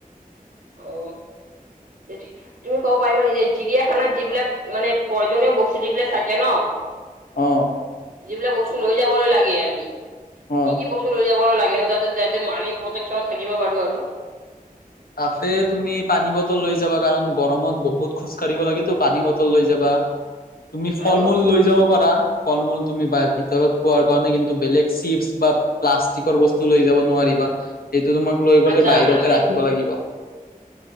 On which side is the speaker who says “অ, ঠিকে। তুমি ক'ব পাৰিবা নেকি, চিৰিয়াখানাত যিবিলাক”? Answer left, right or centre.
Right